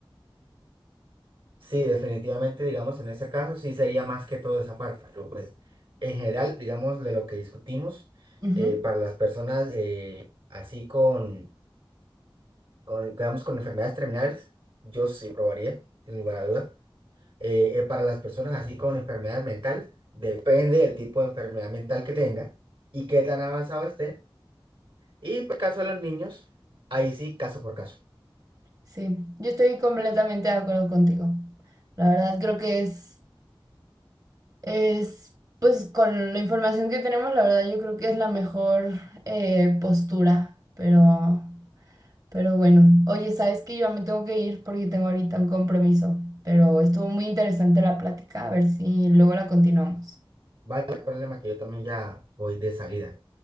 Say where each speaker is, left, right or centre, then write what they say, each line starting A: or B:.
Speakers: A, on the right (about 75°); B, on the right (about 40°).
A: Sí, definitivamente, digamos, en ese caso sí sería más que todo esa parte, pero pues en general, digamos, de lo que discutimos,
B: Ujú,
A: eh, para las personas eh, así con, con, digamos, con enfermedades terminales, yo sí probaría, sin lugar a dudas. Eh, eh, para las personas así con enfermedades mentales, depende del tipo de enfermedad mental que tenga y qué tan avanzado esté. Y pues, caso de los niños, ahí sí, caso por caso.
B: Sí, yo estoy completamente de acuerdo contigo. La verdad creo que es... Es, pues con la información que tenemos, la verdad, yo creo que es la mejor eh, postura, pero, pero bueno, oye, sabes que yo ya me tengo que ir porque tengo ahorita un compromiso, pero estuvo muy interesante la plática, a ver si luego la continuamos.
A: Vale, no hay problema que yo también ya voy de salida.